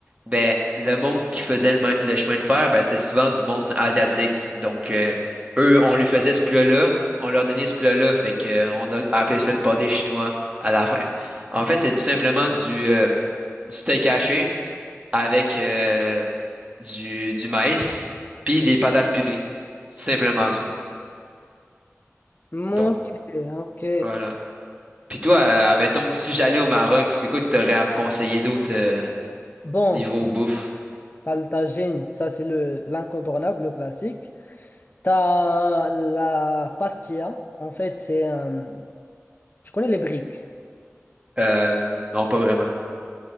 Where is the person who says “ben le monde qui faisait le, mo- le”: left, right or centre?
Right